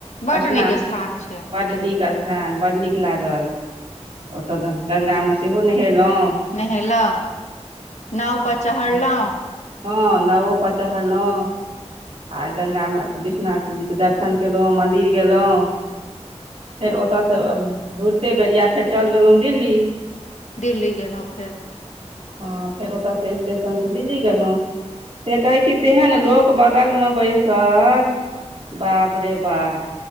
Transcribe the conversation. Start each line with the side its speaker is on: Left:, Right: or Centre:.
Left: बड्ड
Right: स्नान
Left: नीक स्थान
Right: से
Left: छै
Right: बड नीक स्थान बड नीक लागल ओतऽ गंगामे सेहो नहेलौं
Left: नहेलौं, नाव परर
Right: धाम
Left: चहढ़लौं।
Right: तऽ हँ नाओ पर चहरलौं आर गंगा म विश्वनाथ जी के दर्शन केलों मंदिर गेलों। फेर ओतऽ स घुरते बेरिया फेर चल गेलहुँ दिल्ली।
Left: दिल्ली गेलौं फेर।
Right: हँ फेर ओतऽ से स्टेशन से दिल्ली गेलौं। से कहय छी तेहेन लोक बगलमे बैसल बाप रे बा।